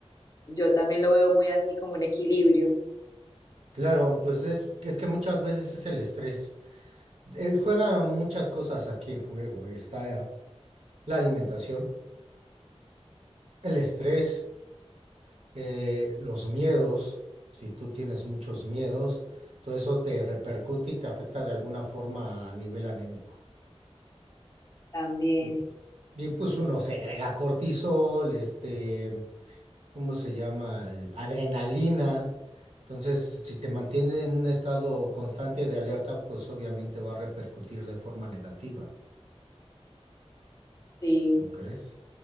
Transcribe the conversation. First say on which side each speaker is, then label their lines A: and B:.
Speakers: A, on the left (about 30°); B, on the right (about 75°).
A: Yo también lo veo muy así como un equilibrio.
B: Claro, pues es, es que muchas veces es el estrés. Eh, juegan muchas cosas aquí en juego. Está la alimentación, el estrés. eh, los miedos, si tú tienes muchos miedos, todo eso te repercute y te afecta de alguna forma a nivel anémico.
A: También.
B: Y, y, pues uno segrega cortisol, este, ¿cómo se llama? El- Adrenalina. Entonces, si te mantiene en un estado constante de alerta, pues obviamente va a repercutir de forma negativa,
A: Sí.
B: ¿no crees?